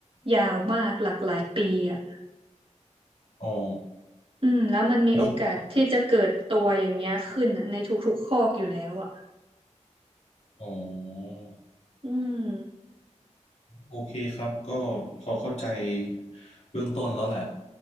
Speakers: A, on the right; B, on the left.
A: ยาวมากหลากหลายปีอ่ะ
B: อ๋อ
A: อืมแล้วมันมีโอกาสที่จะเกิดตัวอย่างเงี้ยขึ้นอะในทุกๆคอกอยู่แล้วอ่ะ
B: มีเหรออ๋อ
A: อืม
B: โอเคครับก็พอเข้าใจเบื้องต้นแล้วแหละ